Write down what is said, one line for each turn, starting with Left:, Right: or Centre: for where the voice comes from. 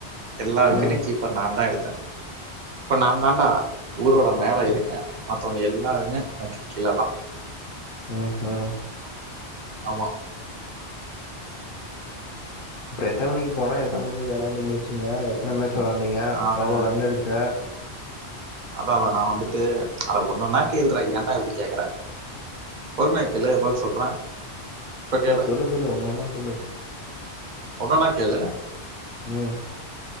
Right: எல்லா
Left: ம்
Right: விக்கெட்டும் கீப்பர் நாதா எடுத்த. இப்ப நாதான்டா. ஊரோட மேல
Left: ம்
Right: இருக்க. மத்தவங்க எல்லாருமே எனக்கு கீழதா.
Left: ஆஹஹே.
Right: ஆமா.
Left: அப்புறோ எத்தன மணிக்கு போன எத்தன மணி விளாண்டு முடிச்சிங்க எத்தன மணி. சொல்ல வந்திங்க
Right: நானு
Left: எவ்வளோ ரன் அடிச்ச.
Right: அதா அதா நா வந்துட்டு அத ஒன்ன ஒன்னா கேள்றா ஏன்டா இப்படி கேக்கற. பொருமையாக்கேளு பதில் சொல். சொல்ற. இப்ப
Left: சேர்
Right: கேளு
Left: சொல்லு சொல்லு ஒன்ன ஒன்னா சொல்லு.
Right: ஒடனா கேளு.
Left: ம்